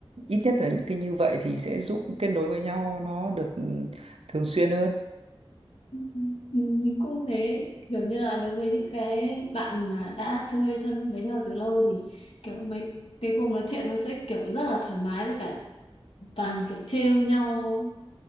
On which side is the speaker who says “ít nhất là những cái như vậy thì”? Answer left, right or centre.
Right